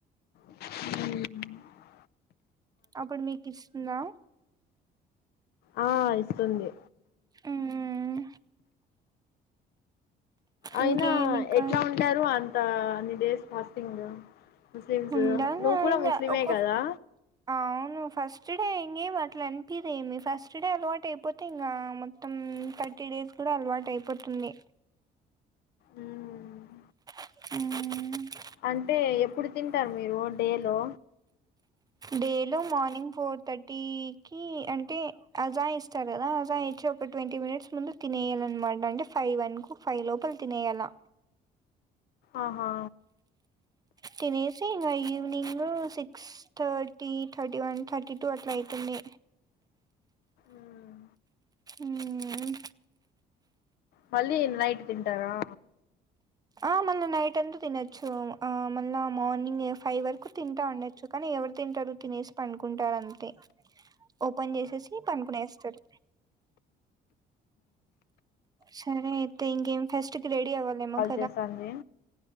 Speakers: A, on the left; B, on the right.
A: ఉమ్
B: అప్పుడు మెకిస్తుందా
A: ఆ ఇస్తుంది
B: మ్మ్
A: అయినా
B: ఇంకేం ఇంకా
A: ఎట్లా ఉంటారు అం అన్ని డేస్ ఫాస్టింగ్ ముస్లిమ్స్
B: ఉండంగా
A: నువ్వు
B: ఆ
A: కూడా
B: ఇంగ
A: ముస్లిమే
B: ఒక
A: కదా
B: అవును ఫస్ట్ హే ఇంకేం అట్లా అనిపీయదే ఏమి ఫస్ట్ డే అలవాటు అయిపోతే ఇంకా మొత్తం థర్టీ డేస్ కూడా అలవాటు అయిపోతుంది
A: ఉమ్
B: ఉమ్
A: అంటే ఎప్పుడు తింటారు మీరు డే లో
B: డేలో మార్నింగ్ ఫోర్ థర్టీకి అంటే అజా ఇస్తారు కదా అజా ఇచ్చి ఒక ట్వంటీ మినిట్స్ ముందు తినేయాలన్నమాట అంటే ఫైవ్ వనుకో ఫైవ్ లోపల తినేయాల
A: ఆహా
B: తినేసి ఇంక ఈ evening six thirty thirty one thirty two అట్లా అయితుంది
A: మ్మ్.
B: ఉమ్
A: మళ్ళి నైట్ తింటారా
B: ఆ మళ్ళా నైట్ అంతా తినొచ్చు ఆ మళ్ళా మార్నింగ్ ఫైవ్ వరకు తింటా ఉండొచ్చు కానీ ఎవరు తింటారు తినేసి పన్కుంటారు అంతే ఓపెన్ చేసేసి పనుకునేస్త సరే సరే అయితే ఇంకేం ఫెస్ట్ కి రెడీ అవ్వాలా నేమో
A: చేస్తాంది